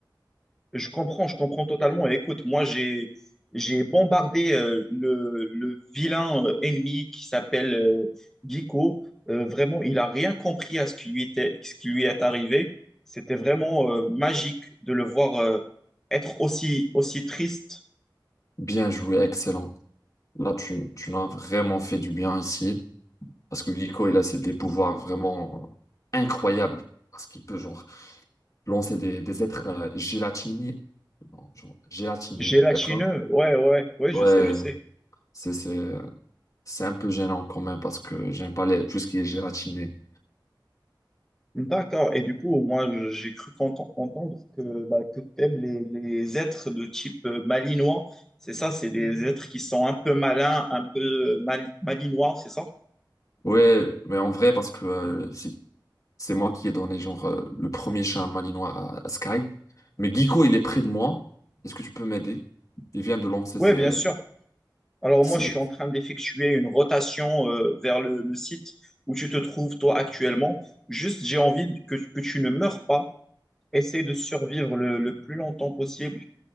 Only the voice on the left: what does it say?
Bien joué, excellent. Là, tu, tu l'as vraiment fait du bien ici. Parce que Glico, il a ses- des pouvoirs vraiment euh, incroyables. Parce qu'il peut, genre, lancer des, des êtres euh, gélatinés. Bon, genre, gélatinés,
d'accord?
Ouais,
c'est, c'est, c'est un peu gênant quand même parce que j'aime pas les, tout ce qui est gélatiné.
Ouais, mais en vrai, parce que euh, c'est c'est moi qui ai donné, genre, euh, le premier chat malinois à, à Sky. Mais Glico, il est près de moi. Est-ce que tu peux m'aider? Il vient de lancer
ses,
ses,